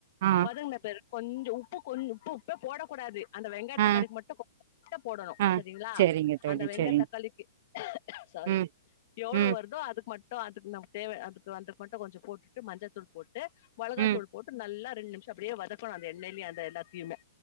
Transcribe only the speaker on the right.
ஆ
ஆ
ஆ
சரிங்க தோழி
சரிங்க
ம்
ம்
ம்